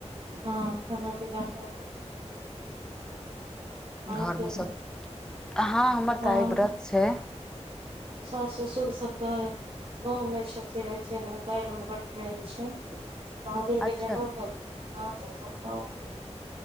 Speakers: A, on the right; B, in the centre.
A: हँ खाना पीना भ गेले अहाँ
B: घर
A: खेलौ
B: में सब हाँ हमर
A: हँ
B: आइ व्रत छै
A: सास ससुर सब त गाँव में छथिन एथि काल्हि हुनकर ट्रेन छै भगिन
B: अच्छा
A: कें जनौउ करथिन सब गाँव गेलखिन